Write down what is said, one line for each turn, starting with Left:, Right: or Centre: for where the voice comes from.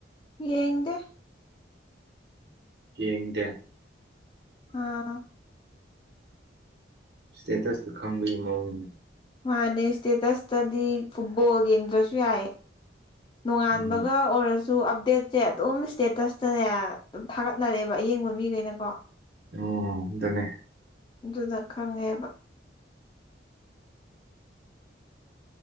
Left: ꯌꯦꯗ
Right: ꯌꯦꯡꯗꯦ
Left: ꯑꯥ
Right: ꯏꯁꯇꯦꯇꯁꯇꯨ ꯈꯪꯗꯒꯤ ꯃꯑꯣꯅꯤꯅꯦ
Left: ꯃꯥꯅꯦ ꯏꯁꯇꯦꯇꯁꯇꯗꯤ ꯐꯨꯠꯕꯣꯜ ꯌꯦꯡꯗ꯭ꯔꯁꯨ ꯌꯥꯏ ꯅꯣꯡꯉꯥꯟꯕꯒ
Right: ꯎꯝ
Left: ꯑꯣꯏꯔꯁꯨ ꯁꯨ ꯑꯞꯗꯦꯠꯁꯦ ꯑꯗꯨꯝ ꯏꯁꯇꯦꯇꯁꯇꯅꯦ ꯑꯗꯨꯝ ꯊꯥꯒꯠꯅꯔꯦꯕ ꯑꯌꯦꯡꯕ ꯃꯤꯈꯩꯅꯀꯣ
Right: ꯎꯝꯇꯅꯦ
Left: ꯑꯗꯨꯗ ꯈꯪꯉꯦꯕ